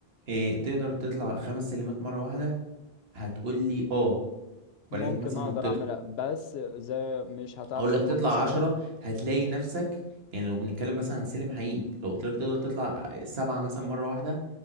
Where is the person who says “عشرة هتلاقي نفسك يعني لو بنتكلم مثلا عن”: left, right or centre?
Right